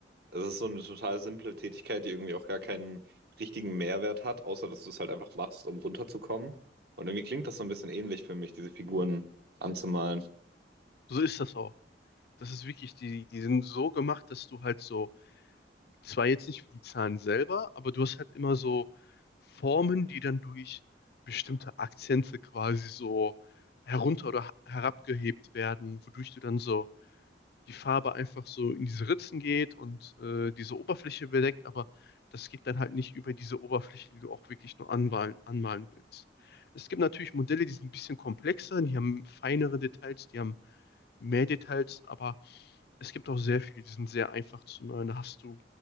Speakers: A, on the right (about 60°); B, on the left (about 60°).
A: es ist so eine total simple Tätigkeit, die irgendwie auch gar keinen richtigen Mehrwert hat, außer dass du es halt einfach machst, um runterzukommen. Und irgendwie klingt das so ein bisschen ähnlich für mich, diese Figuren anzumalen.
B: So ist das auch. Das ist wirklich, die, die sind so gemacht, dass du halt so, zwar jetzt nicht wie die Zahlen selber, aber du hast halt immer so Formen, die dann durch bestimmte Akzente quasi so herunter oder ha- herabgehebt werden, wodurch du dann so die Farbe einfach so in diese Ritzen geht und äh, diese Oberfläche bedeckt, aber das geht dann halt nicht über diese Oberfläche, die du auch wirklich nur anmalen, anmalen willst. Es gibt natürlich Modelle, die sind ein bisschen komplexer, die haben feinere Details, die haben mehr Details, aber es gibt auch sehr viele, die sind sehr einfach zu malen. Da hast du,